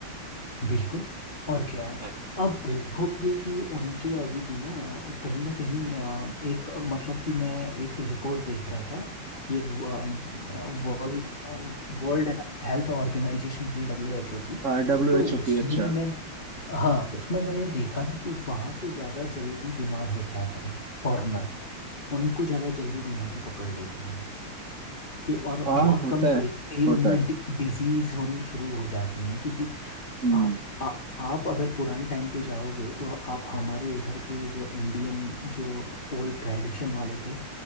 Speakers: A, on the left; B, on the right.
A: बिल्कुल और क्या
B: है
A: अब देखोगे कि उनके अभी भी ना कहीं ना कहीं अ, एक अ, मतलब कि मैं एक रिपोर्ट देख रहा था ये वर्ल्ड वर्ल्ड हेल्थ ऑर्गेनाइजेशन की डब्ल्यू एच ओ की
B: हाँ डब्ल्यू
A: तो
B: एच ओ
A: उसमें
B: की अच्छा
A: मैंने हाँ उसमें मैंने देखा ना कि वहाँ के ज़्यादा जल्दी बीमार हो जाते हैं फॉरेनर उनको ज़्यादा जल्दी बीमारी पकड़ लेती है कि और
B: हाँ
A: बहुत
B: होता
A: कम
B: है
A: एज से ही उनमें
B: होता है
A: डिजीज होनी शुरू हो जाती है कि, कि
B: हम्म
A: आप आ, आप अगर पुराने टाइम पे जाओगे तो आप हमारे इधर के जो इंडियन जो ओल्ड ट्रेडिशन वाले थे